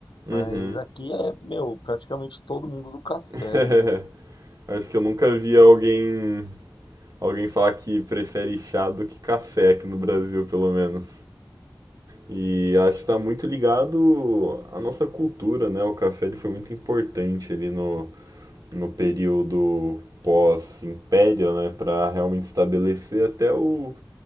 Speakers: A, on the right; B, on the left.
A: Uhum.
B: Mas aqui é, meu, praticamente todo mundo do café,
A: <laughs>
B: né?
A: Acho que eu nunca vi alguém, alguém falar que prefere chá do que café aqui no Brasil, pelo menos. E acho que está muito ligado à nossa cultura, né? O café ele foi muito importante ali no, no período pós-império, né? Para realmente estabelecer até o,